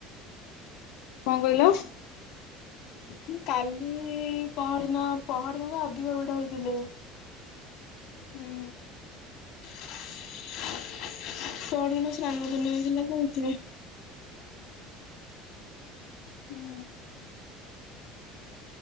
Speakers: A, on the left; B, on the left.
A: କଣ କହିଲ?
B: ମୁଁ କହିନି କାଲି ପହରଦିନ ପହରଦିନ ତ ଅଧିକ ଭିଡ ହେଇଥିଲେ।
A: ହୁଁ
B: ପହରଦିନ ସ୍ନାନ ପୂର୍ଣ୍ଣିମା ଥିଲା ତ ସେଥିପାଇଁ।
A: ହୁଁ